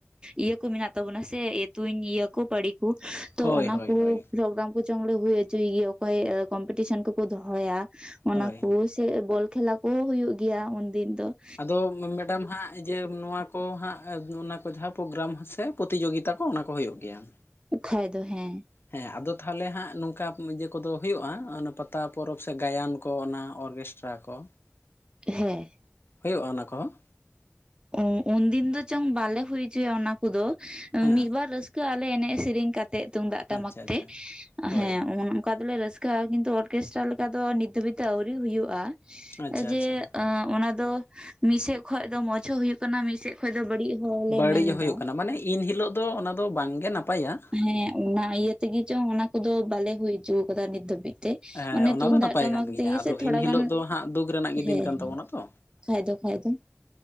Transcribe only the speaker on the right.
ᱤᱭᱟᱹᱼᱼ ᱢᱮᱱᱟᱜ ᱛᱟᱵᱚᱱᱟ ᱥᱮ ᱛᱩᱧ ᱤᱭᱟᱹ ᱠᱚ ᱯᱟᱹᱲᱤ ᱠᱚ, ᱛᱚ
ᱚᱱᱟ
ᱠᱚ
ᱯᱨᱳᱜᱸᱨᱟᱢ ᱠᱚᱼᱼ ᱪᱚᱝ ᱞᱮ ᱦᱩᱭ ᱦᱚᱭ ᱚᱪᱚᱭ ᱜᱮᱭᱟ ᱾ ᱚᱠᱚᱭ ᱠᱚᱢᱯᱤᱴᱤᱥᱚᱱ ᱠᱚᱠᱚ ᱫᱚᱦᱚᱭᱟ ᱚᱱᱟ
ᱠᱩᱼᱼ ᱥᱮ ᱵᱚᱞ ᱠᱷᱮᱞᱟ ᱠᱚᱦᱚᱸ ᱦᱩᱭᱩᱜ ᱜᱮᱭᱟ ᱩᱱᱫᱤᱱ ᱫᱚ ᱾
ᱚᱠᱷᱟᱭ ᱫᱚ ᱦᱮᱸᱼᱼ
ᱦᱮᱸᱼᱼ
ᱚ ᱩᱱᱫᱤᱱ ᱫᱚ ᱪᱚᱝ ᱵᱟᱞᱮ ᱦᱩᱭᱪᱚᱭᱟ ᱚᱱᱟ ᱠᱚᱫᱚ,
ᱢᱤᱫᱵᱟᱨ ᱨᱟᱹᱥᱠᱟᱹᱼᱼ ᱨᱟᱹᱥᱠᱟᱹ ᱟᱞᱮ ᱮᱱᱮᱡᱽ ᱥᱮᱨᱮᱧ ᱠᱟᱛᱮᱜ ᱛᱩᱢᱫᱟᱜ ᱴᱟᱢᱟᱠ
ᱛᱮ,
ᱦᱮᱸ ᱚᱱᱠᱟ ᱫᱚᱞᱮ ᱨᱟᱹᱥᱠᱟᱹᱼᱼ ᱠᱟ ᱠᱤᱱᱛᱩ ᱚᱨᱠᱮᱥᱴᱨᱟ ᱞᱮᱠᱟ ᱫᱚ ᱱᱤᱛ ᱫᱷᱟᱹᱵᱤᱡ ᱛᱮ ᱟᱹᱣᱨᱤ ᱦᱩᱭᱩᱜᱼᱟ ᱾
ᱡᱮ
ᱚᱱᱟ ᱫᱚ ᱢᱤᱫ ᱥᱮᱫ ᱠᱷᱚᱡ ᱫᱚ ᱢᱚᱡᱽᱼᱼ ᱪᱷᱚ ᱦᱳᱭᱳᱜ ᱠᱟᱱᱟ ᱾ ᱢᱤᱫᱥᱮᱫ ᱠᱷᱚᱡ ᱫᱚ ᱵᱟᱹᱲᱤᱡᱽ ᱦᱚᱞᱮ
ᱢᱮᱱ ᱮᱫᱟ
᱾
ᱦᱮᱸ ᱚᱱᱟ ᱤᱭᱟᱹ ᱛᱮᱜᱮ ᱪᱚ ᱚᱱᱟ ᱠᱚᱫᱚ ᱵᱟᱞᱮ ᱦᱩᱭ ᱚᱪᱚ ᱟᱠᱟᱫᱟ ᱱᱤᱛ ᱫᱷᱟᱹᱵᱤᱡᱽ ᱾ ᱛᱮ
ᱚᱱᱮ
ᱛᱩᱢᱫᱟᱜ
ᱴᱟᱢᱟᱠ
ᱛᱮᱜᱮ
ᱥᱮ ᱛᱷᱚᱲᱟ
ᱜᱟᱱ
ᱦᱮᱸ
ᱮᱱᱟᱼᱼ
ᱠᱷᱟᱡ ᱫᱚ ᱠᱷᱟᱡ ᱫᱚ ᱾